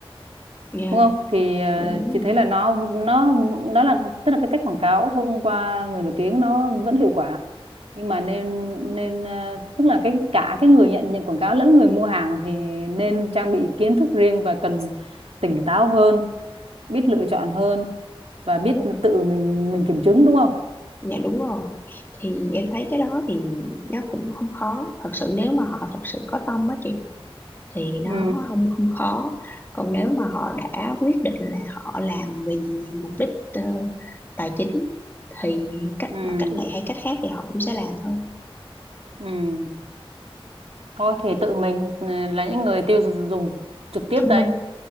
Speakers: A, on the left; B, on the right.
A: dạ
B: đúng không thì ờ,
A: dạ đúng
B: chị
A: rồi
B: thấy là nó nó đó là tức là cái cách quảng cáo thông qua người nổi tiếng nó vẫn hiệu quả nhưng mà nên nên ờ, tức là cái cả cái người nhận nhận quảng cáo lẫn người mua hàng thì nên trang bị kiến thức riêng và cần tỉnh táo hơn biết lựa chọn hơn và biết
A: dạ
B: tự mình mình kiểm chứng đúng không?
A: Dạ, đúng rồi thì em thấy cái đó thì nó cũng không khó thật sự nếu mà họ thật sự có tâm á chị thì nó
B: ừ
A: không không khó còn nếu mà họ đã quyết định là họ làm vì mục đích ờ, tài chính thì cách
B: ừ
A: bằng cách này hay cách khác thì họ cũng sẽ làm thôi
B: ừ thôi thì tự mình ừ, là những người tiêu dùng trực tiếp
A: thông
B: đây
A: minh